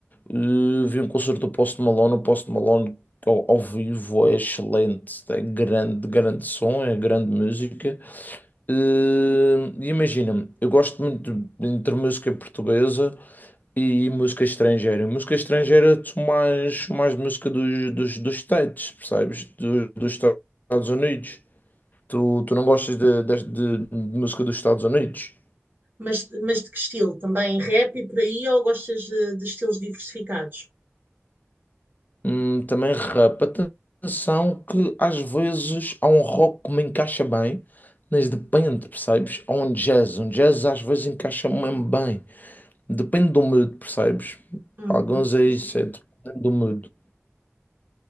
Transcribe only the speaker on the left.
Eh, vi um concerto do Post Malone, o Post Malone ao, ao vivo é excelente, é grande, grande som, é grande música. Eh, E imagina-me, eu gosto muito de- entre música portuguesa. E música estrangeira? Música estrangeira, tu mais, mais de música dos, dos, dos States, percebes? Do- dos Estados Unidos. Tu, tu não gostas de, de, de- de música dos Estados Unidos?
Hum, também rap. Atenção que às vezes há um rock que me encaixa bem, mas depende, percebes? Há um jazz. Um jazz às vezes encaixa mesmo bem. Depende do mood, percebes?
Alguns
é isso,
é dependendo do mood.